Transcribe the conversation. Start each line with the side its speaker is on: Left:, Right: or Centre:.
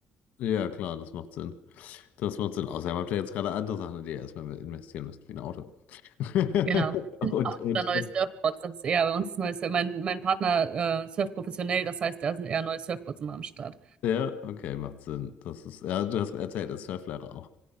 Left: Ja, klar, das macht Sinn. Das macht Sinn. Außerdem habt ihr jetzt gerade andere Sachen, in die ihr erstmal investieren müsst, wie ein Auto. <laughs>
Right: Genau.
Left: Und, und,
Right: Oder neue
Left: und.
Right: Surfboards, das ist eher bei uns neues. Mein, mein Partner äh, surft professionell, das heißt, da sind eher neue Surfboards immer am Start.
Left: Ja, okay, macht Sinn. Das ist, ja, du hast erzählt, als Surflehrer auch.